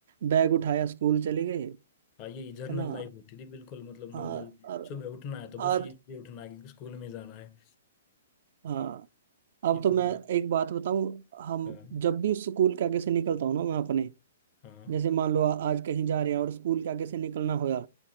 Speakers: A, on the right; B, on the left.
A: बैग उठाया स्कूल चले गए
B: हाँ यही जर्नल
A: है ना
B: लाइफ होती थी बिल्कुल मतलब
A: आ,
B: नॉर्मल
A: और
B: सुबह उठना है तो बस
A: आज
B: ये ये उठना है कि स्कूल में जाना है
A: हाँ अब
B: इतने
A: तो मैं एक बात बताऊं हम
B: हाँ
A: जब भी स्कूल के आगे से निकलता हूँ ना मैं अपने
B: हाँ
A: जैसे मान लो आ- आज कहीं जा रहे हैं और स्कूल के आगे से निकलना होया